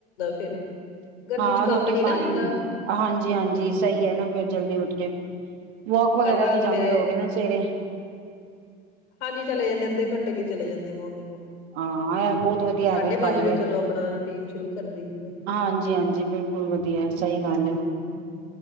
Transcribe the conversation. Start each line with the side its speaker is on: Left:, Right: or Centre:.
Left: ਫਿਰ। ਗਰਮੀ
Right: ਹਾਂ
Left: ਚ ਕੰਮ
Right: ਰੋਟੀ
Left: ਨੀ ਨਾ
Right: ਪਾਣੀ
Left: ਹੁੰਦਾ,
Right: ਹਾਂਜੀ
Left: ਹੂੰ।
Right: ਹਾਂਜੀ ਸਹੀ ਹੈ ਨਾ ਫਿਰ ਜਲਦੀ <inaudible> ਵੋਕ ਵਗੈਰਾ
Left: ਕੱਲ ਰਾਤ
Right: ਤੇ ਜਾਂਦੇ
Left: ਮੈਂ
Right: ਹੋਗੇ ਨਾ ਸਵੇਰੇ
Left: ਹਾਂਜੀ ਚਲੇ ਜਾਂਦੇ ਆ ਅੱਧੇ ਘੰਟੇ ਲਈ ਚਲੇ ਜਾਂਦੇ ਮੋਹਨ
Right: ਹਾਂ ਇਹ ਬਹੁਤ ਵਧੀਆ
Left: ਸਾਢੇ
Right: ਹੈਬਿਟ ਪਾਈ
Left: ਪੰਜ ਫਿਰ
Right: ਹੈ
Left: ਚਲੋ ਆਪਣਾ ਰੂਟੀਨ ਸ਼ੁਰੂ ਕਰ ਦਈਦੀ ਆ।
Right: ਹਾਂਜੀ ਹਾਂਜੀ ਬਿਲਕੁਲ ਵਧੀਆ
Left: ਹਮ,
Right: ਸਹੀ ਗੱਲ ਹੈ